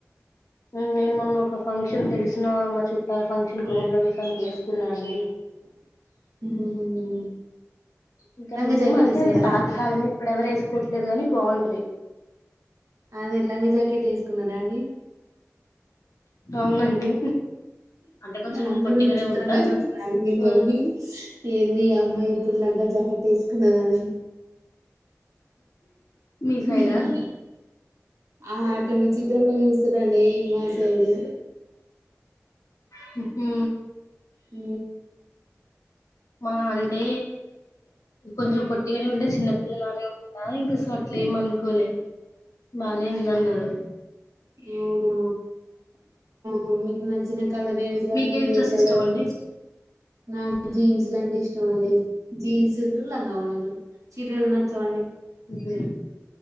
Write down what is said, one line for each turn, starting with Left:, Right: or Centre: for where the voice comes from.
Left: హు నేను మొన్న ఒక ఫంక్షన్ తెలిసిన మా చుట్ట చుట్టాల ఫంక్షన్ గృహప్రవేశంకి వేసుకున్నాను లే
Right: ఉమ్.
Left: ఈ కాలం
Right: లంగా జాకెట్
Left: అంతే
Right: వేసుకున్నారా
Left: పాత కాలం ఇప్పుడేవరు వేస్ కొవట్లేదు కాని బాగుంటది
Right: అదే లంగా జాకెట్ వేసుకున్నారా అండి
Left: అవునండి అంటే కొంచెం
Right: అందరూ
Left: పొట్టిగానే
Right: విచిత్రంగా
Left: ఉంటా
Right: చూసినారు మిమ్మల్ని
Left: సో
Right: ఏంది అమ్మాయి ఇప్పుడు లంగా జాకెట్ వేసుకున్నావని
Left: మీ
Right: హు
Left: సైడా
Right: హు ఆ అట్లా విచిత్రంగా చూస్తారండి ఈ మనుషులు
Left: హు హూ
Right: ఊ
Left: మా అంటే కొంచెం పొట్టిగానే ఉంటే చిన్నపిల్లలానే ఉంటా ఇంకా సో అట్ల ఏమనుకోలే బానే ఉందన్నారు
Right: ఊ ఊ మమ్మీకి నచ్చిన కలర్ ఏంటి కానీఏ
Left: మీకే డ్రెస్
Right: కలర్
Left: ఇష్టం అండి
Right: అంటే నాకు జీన్స్ లంటే ఇష్టం అండి జీన్స్లు లంగా ఓణీలు చీరలు నచ్చవండి
Left: మ్మ్.